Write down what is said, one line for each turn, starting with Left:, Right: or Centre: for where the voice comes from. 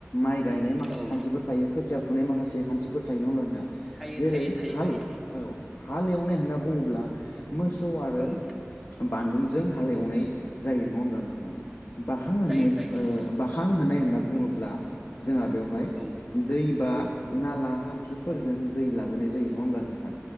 Left: माइ गायनाय माखासे
Centre: औ
Left: खान्थिफोर थायो खोथिया थिया फुनाय माखासे थि खान्थिफोर थायो नंआ होमब्ला नोंथां
Centre: थायो
Left: जेरै
Centre: थायो थायो
Left: हाल
Centre: थायो थायो
Left: औ हाल एवनाय होनना बुङोब्ला मोसौ आरो
Centre: औ
Left: बानदुंजों हालेवनाय जायो नङा होमब्ला नोंथां बाखां होननाय
Centre: जायो जायो
Left: ओ
Centre: जायो
Left: बाखां होनाय होनना बुङोब्ला जोंहा बेवहाय
Centre: औ
Left: दै बा नाला खान्थिफोरजों
Centre: औ
Left: दै लाबोनाय जायो नङा होमब्ला नोंथां